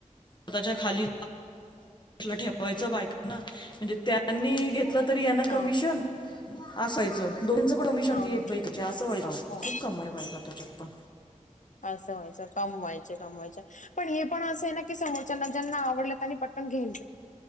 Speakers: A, on the left (about 35°); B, on the left (about 75°).
A: स्वतःच्या खाली ठेवायच. बायक ना म्हणजे त्यांनी घेतलं, तर यांना
B: हा
A: कमिशन असायचं. दोनचं पण कमिशन
B: हा
A: एक
B: हा
A: बाईकचे असं व्हायच
B: हो
A: खूप काम बायकांनी त्याच्यात पण,
B: असं व्हायचं कमवायच. कमवायचं पण हे पण असं आहे ना, की समोरचा ज्यांना आवडलं त्यांनी पटकन घेईन.